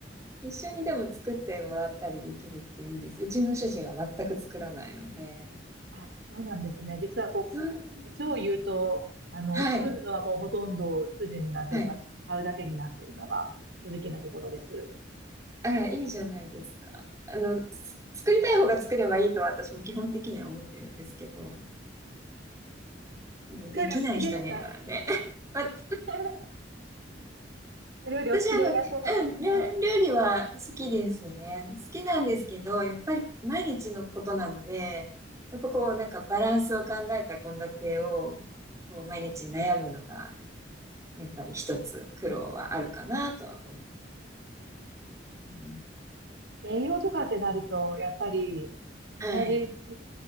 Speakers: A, on the right; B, on the right.
A: 一緒にでも作ってもらったりできるっていいです。うちの主人は全く作らないので。
B: あ、そうなんですね。実はこう、
A: そうなんで
B: 実を言うと、あの、
A: す。はい。
B: 作るのはもうほとんど主人になっていて、
A: はい。
B: 私も買うだけになっているのが正直なところです。
A: あら、いいじゃないですか。あの、す作りたい方が作ればいいとは私も基本的には思ってるんですけど、できない人にはね、
B: お料理お好きですか
A: <laughs> ま
B: <laughs> お料理お好きでいらっしゃるんですね。
A: 私、あの、うん、料、料理は好きですね。好きなんですけど、やっぱり毎日のことなので、やっぱこう、なんかバランスを考えた献立を、こう、毎日悩むのが、やっぱり一つ苦労はあるかなとは思う。うん、
B: 栄養とかってなると、やっぱり同じ
A: はい。